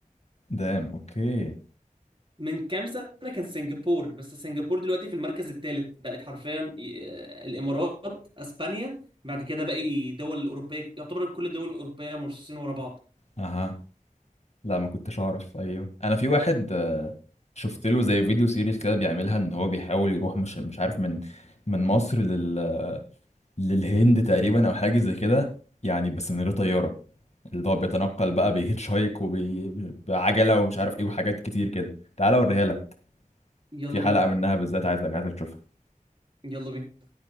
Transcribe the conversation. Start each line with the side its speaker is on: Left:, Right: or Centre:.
Left: دام اوكي
Right: من كام سنه كان سنغافور بس سنغافور دلوقتي في المركز الثالث بقت حرفيا آه، الامارات اسبانيا بعد كده باقي دول اوروبيه يعتبر كل الدول الاوروبيه مرصوصين ورا بعض
Left: اها لا ما كنتش اعرف ايوه انا في واحد آه، شفت له زي فيديو سيريز كده بيعملها ان هو بيحاول يروح مش مش عارف من من مصر لل للهند تقريبا او حاجه زي كده يعني بس من غير طياره اللي هو بيتنقل بقى بهيتش هايك وبعجله ومش عارف ايه وحاجات كتير كده تعالى اوريها لك
Right: يلا
Left: في حلقه
Right: بينا
Left: منها بالذات عايزك عايزك تشوفها
Right: يلا بينا